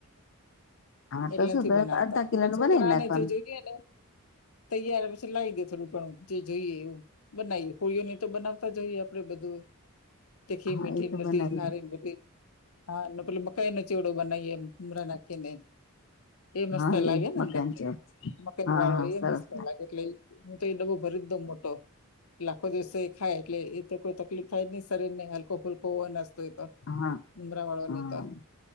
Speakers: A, on the left (about 55°); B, on the left (about 80°).
A: હા
B: એટલે
A: તો શું
B: નથી બનાવતા.
A: અડધા કિલો
B: પણ
A: નું
B: છોકરાને
A: બનાવી નાખવાનું
B: જે જોઈ એ ને તૈયાર પછી લાવી દે થોડું ઘણું જે જોઈએ એવું બનાઈએ <inaudible> તો બનાવતા જોઈએ આપડે બધું તીખી,
A: હા
B: મીઠી
A: એ
B: ને
A: તો
B: બધી
A: બનાવી
B: ખારી બધી હા ને પેલો મકાઈનો ચેવડો બનાવીએ મમરા નાખીને એ મસ્ત
A: હા
B: લાગેને
A: એ
B: અંદર.
A: <inaudible>
B: મકાઈ વાળો
A: હા
B: એ
A: સરસ
B: મસ્ત લાગે એટલે હું તો એ ડબો ભરી જ દઉ મોટો. એટલે આખો દિવસ તો એ ખાય એટલે એ તો કોઈ તકલીફ થાય જ નહી શરીરને હલકો ફુલકો નસ્તો હોય તો.
A: હા
B: મમરાવાળા
A: હા
B: ને એતો.